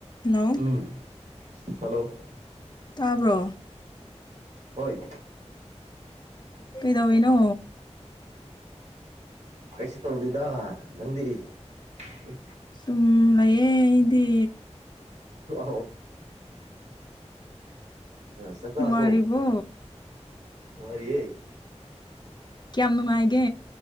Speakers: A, on the left (about 40°); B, on the right (about 75°).
A: hello
B: ꯎꯝ hello
A: ꯇꯥꯕ꯭ꯔꯣ
B: ꯍꯣꯏ
A: ꯀꯩꯗꯧ ꯏꯅꯣ
B: ꯀꯩꯁꯨ ꯇꯧꯗꯦꯗ ꯅꯪꯗꯤ ꯎ
A: ꯁꯨꯝ ꯂꯩꯌꯦ ꯀꯗꯤ
B: ꯑ ꯑ ꯆꯇꯥꯔꯔꯕꯣ
A: ꯅꯨꯡꯉꯥꯏꯔꯤꯕꯣ
B: ꯑꯔꯤꯑꯦ
A: ꯀꯌꯥꯝ ꯅꯨꯡꯉꯥꯏꯒꯦ